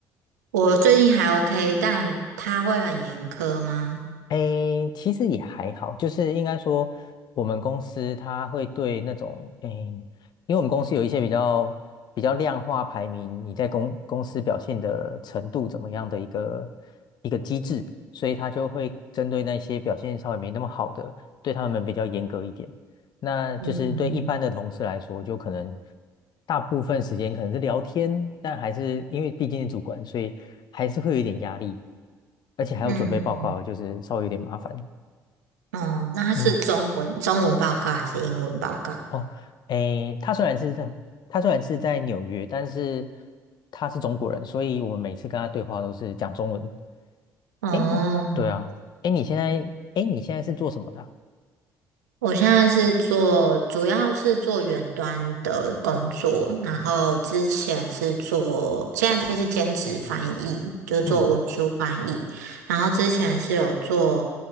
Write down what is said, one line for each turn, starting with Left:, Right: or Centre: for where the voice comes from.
Right: 我最近还 OK，但他会很严苛吗？
Left: 诶，其实也还好，就是应该说，我们公司它会对那种诶，因为我们公司有一些比较比较量化排名，你在公公司表现的程度怎么样的一个一个机制，所以它就会针对那些表现稍微没那么好的，对他们比较严格一点。那就是对一般的同事来说，
Right: 嗯嗯
Left: 就可能大部分时间可能是聊天，但还是因为毕竟是主管，所以还是会有一点压力，而且还要准备报告，
Right: 嗯，嗯
Left: 就是稍微有点麻烦。
Right: 哦，那他是中文中文报告还是英文报告？
Left: 嗯，哦，诶，他虽然是在他虽然是在纽约，但是他是中国人，所以我们每次跟他对话都是讲中文。
Right: 哦，
Left: 诶，那对啊，诶，你现在诶，你现在是做什么的啊
Right: 我现在是做，主要是做远端的工作，然后之前是做，现在就是兼职翻译，就是做文书翻译，
Left: 嗯，
Right: 然后之前是有做